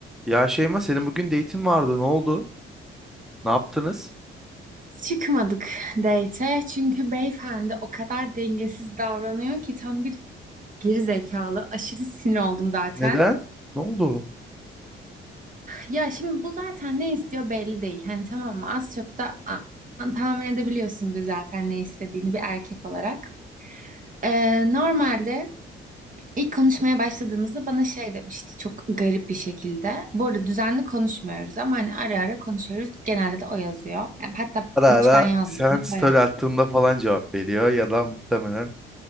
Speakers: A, in the centre; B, on the right.
A: Ya Şeyma senin bugün date'in vardı. Ne oldu? Ne yaptınız?
B: Çıkmadık date'e çünkü beyefendi o kadar dengesiz davranıyor ki tam bir geri zekalı. Aşırı sinir oldum zaten.
A: Neden? Ne oldu?
B: Ya şimdi bu zaten ne istiyor belli değil. Hani tamam mı az çok da an- tahmin edebiliyorsundur zaten ne istediğini bir erkek olarak. Ee, normalde ilk konuşmaya başladığımızda bana şey demişti çok garip bir şekilde. Bu arada düzenli konuşmuyoruz ama hani ara ara konuşuyoruz. Genelde de o yazıyor. Yani hatta
A: Ara ara
B: hiç ben yazmadım.
A: sen story
B: O yazdı.
A: attığında falan cevap veriyor ya da muhtemelen